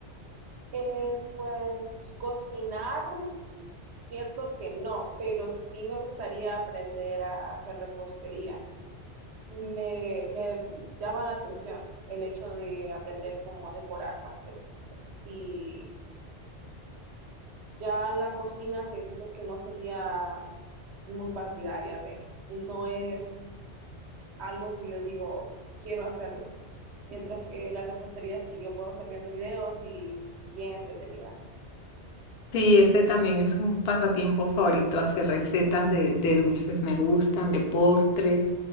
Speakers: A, on the right; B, on the left.
A: Eh, pues cocinar, siento que no, pero sí me gustaría aprender a hacer repostería. Me, me llama la atención el hecho de aprender cómo a decorar pasteles y Ya la cocina siento que no sería muy partidaria de, no es algo que yo digo, quiero hacerlo. Mientras que la repostería sí, yo puedo estar viendo videos y bien entretenida.
B: Sí, ese también es un pasatiempo favorito, hacer recetas de, de dulces, me gustan, de postres.